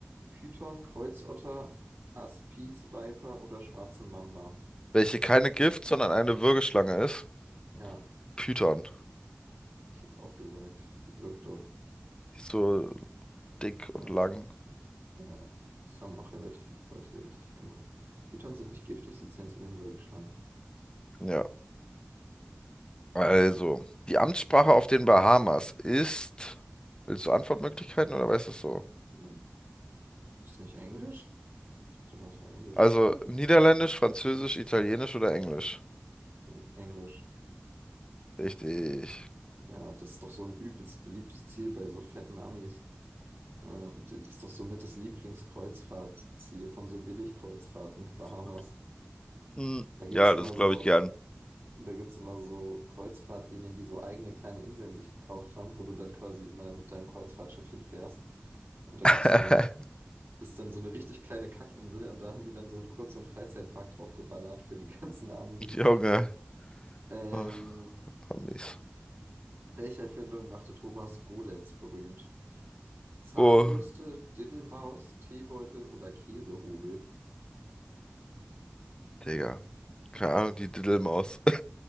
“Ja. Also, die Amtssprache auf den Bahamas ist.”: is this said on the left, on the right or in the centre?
Left